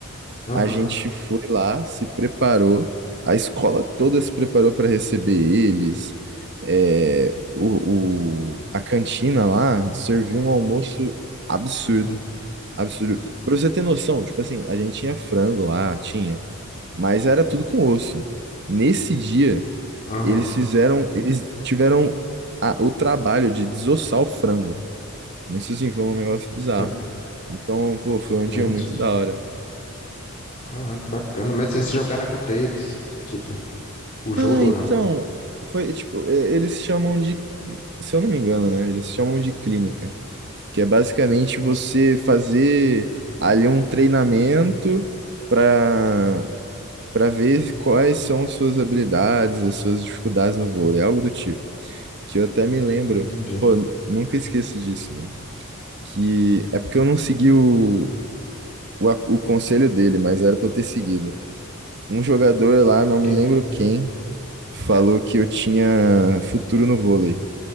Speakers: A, on the left (about 35°); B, on the right (about 50°).
A: Aham.
B: a gente foi lá, se preparou, a escola toda se preparou para receber eles. É, o, o, a cantina lá serviu um almoço absurdo.
A: Aham.
B: Absurdo. Pra você ter noção, tipo assim, a gente tinha frango lá, tinha, mas era tudo com osso. Nesse dia,
A: Aham.
B: eles fizeram, eles tiveram a- o trabalho de desossar o frango. Isso assim foi um negócio bizarro.
A: <laughs>
B: Então, pô, foi um
A: Excelente.
B: dia muito da hora.
A: Ah, que bacana. Mas vocês jogaram contra eles? Tipo, o
B: Ah,
A: jogo
B: então,
A: ou não?
B: foi tipo, e- eles chamam de, se eu não me engano, né? Eles chamam de clínica, que é basicamente você fazer ali um treinamento para para ver quais são suas habilidades, as suas dificuldades no vôlei, algo do tipo. Que eu até me lembro,
A: Entendi.
B: pô, n- nunca esqueço disso, mano. Que é porque eu não segui o, o, a- o conselho dele, mas era pra eu ter seguido. Um jogador lá, não
A: De quê?
B: me lembro quem, falou que eu tinha futuro no vôlei.